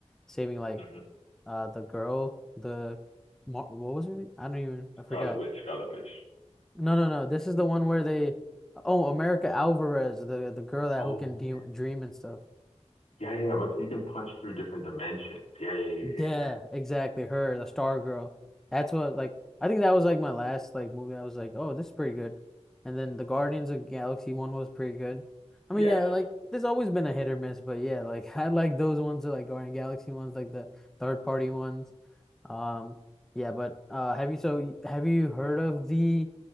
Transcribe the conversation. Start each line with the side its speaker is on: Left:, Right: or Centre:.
Centre: saving like
Left: hmm
Centre: uh the girl, the Mar what was her? I don't even I
Left: Scarlet
Centre: forgot.
Left: Witch, Scarlet Witch.
Centre: No, no, no. This is the one where they oh, America Alvarez, the the girl that
Left: Oh
Centre: who can de
Left: yeah.
Centre: dream and stuff.
Left: Yeah, yeah, but he can punch through different dimensions. Yeah, yeah, yeah,
Centre: Yeah,
Left: yeah.
Centre: exactly. Her, the Star Girl. That's what like I think that was like my last like movie. I was like, oh, this is pretty good. And then the Guardians of Galaxy one was pretty good. I
Left: Yes.
Centre: mean, yeah, like there's always been a hit or miss, but yeah, like <laughs> I like those ones, the, like Guardian Galaxy ones, like the third party ones. Um, yeah, but uh, have you so y- have you heard of the